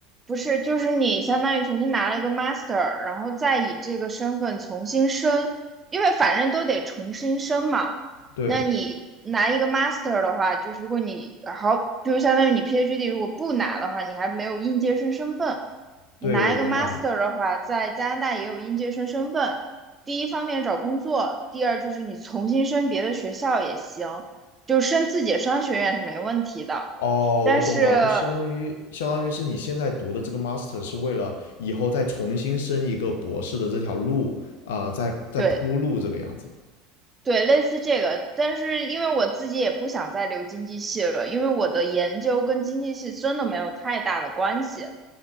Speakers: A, on the right; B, on the left.
A: 不是，就是你相当于重新拿了一个 master，然后再以这个身份重新申，因为反正都得重新申嘛。
B: 对，
A: 那你拿一个 master 的话，就是如果你好，就是相当于你 PhD 如果不拿的话，你还没有应届生身份。
B: 对，
A: 你拿一个
B: 我明白。
A: master 的话，在加拿大也有应届生身份。第一方面找工作，第二就是你重新申别的学校也行，就申自己的商学院是没问题的。
B: 哦，
A: 但是，
B: 我懂了，就相当于相当于是你现在读的这个 master 是为了以后再重新升一个博士的这条路啊，在在铺路这个样子。
A: 对，对，类似这个，但是因为我自己也不想再留经济系了，因为我的研究跟经济系真的没有太大的关系。